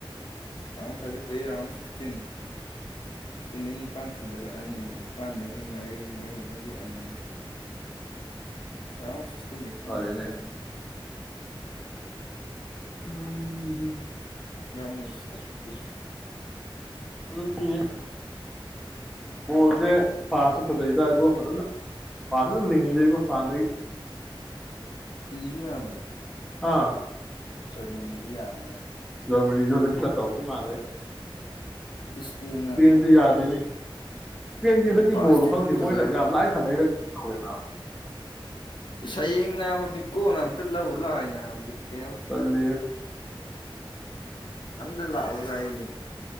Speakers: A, on the left (about 60°); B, in the centre.
A: ꯔꯥꯎꯟ ꯊꯥꯔꯇꯤꯗꯒꯤ ꯔꯥꯎꯟ ꯁꯤꯛꯁꯇꯤꯟ ꯁꯤꯛꯁꯇꯤꯟꯗꯒꯤ ꯅꯤꯄꯥꯟ ꯈꯟꯒꯠꯂꯛꯑꯅꯤ ꯅꯤꯄꯥꯜꯗꯒꯤ ꯃꯔꯤ ꯃꯔꯤꯗꯒꯤ ꯑꯅꯤ ꯔꯥꯎ ꯁꯁ ꯇꯈꯀꯗꯧꯕ
B: ꯐꯔꯦꯅꯦ
A: ꯅꯠꯇ
B: ꯎꯝ
A: ꯔꯝꯁ ꯊꯥꯔꯇꯤ ꯇꯨ
B: ꯗꯤ ꯕꯣꯜꯁꯦ ꯐꯁꯨꯦ ꯐꯖꯩꯗꯏꯕꯣ ꯐꯖꯅ ꯐꯥꯁ ꯑꯗꯨꯝ ꯂꯤꯡꯉꯤꯗꯣꯏꯕ ꯐꯥꯅ
A: ꯀ ꯍꯥꯕꯅꯦ
B: ꯑꯥ
A: ꯆꯔꯃꯅꯤꯁꯨ ꯌꯥꯝꯅ ꯍꯥꯏꯕ
B: ꯌꯂ ꯆ ꯇꯣꯞꯀꯤ ꯃꯥꯂꯦ
A: ꯏꯁꯄꯦꯟꯅ
B: ꯏꯁꯄꯗꯤ ꯌꯥꯗꯅꯤ ꯏꯁꯄꯦꯟꯒꯤ ꯍꯟꯗꯛ
A: ꯄꯥꯁꯇꯤ
B: ꯕꯣꯜꯗꯣ
A: ꯑꯗꯨꯝ
B: ꯐꯪꯗꯦ
A: ꯐꯖꯕ
B: ꯃꯣꯏꯅ ꯌꯥꯝ ꯂꯥꯏꯅ ꯁꯥꯟꯅꯩꯔꯦ ꯀꯧꯋꯦꯗ
A: ꯁ ꯅ ꯀꯣꯝ ꯑꯇ ꯂꯧꯎ ꯂꯑꯣꯣꯏꯅ ꯕꯤꯠ ꯀꯩ ꯌꯥꯎꯗꯅ
B: ꯇꯜꯂꯤ
A: ꯑꯝꯇ ꯂꯥꯛꯎꯒꯥꯏꯔꯤ